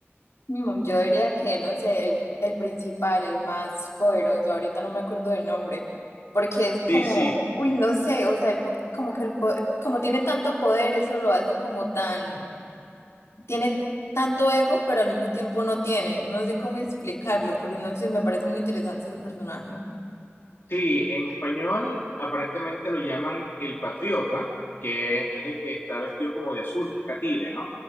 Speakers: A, on the left; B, on the left.
A: Mm, Yo diría que, no sé, el, el principal, el más poderoso, ahorita no me acuerdo del nombre, porque es como,
B: Sí, sí,
A: uy, no sé, o sea, el po- como que el, po- como tiene tanto poder, eso lo hace como tan, tiene tanto ego, pero al mismo tiempo no tiene, no sé cómo explicarlo, pero no sé, me parece muy interesante ese personaje.
B: sí. En español aparentemente lo llaman el patriota, que es el que está vestido como de azul, que es catire, ¿no?